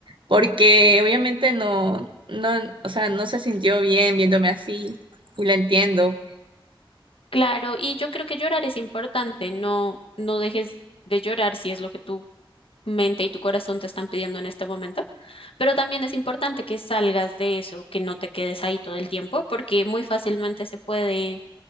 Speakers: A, on the right (about 60°); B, on the left (about 80°).
A: porque obviamente no, no, o sea, no se sintió bien viéndome así. Y la entiendo.
B: Claro, y yo creo que llorar es importante, no, no dejes de llorar si es lo que tu mente y tu corazón te están pidiendo en este momento. Pero también es importante que salgas de eso, que no te quedes ahí todo el tiempo, porque muy fácilmente se puede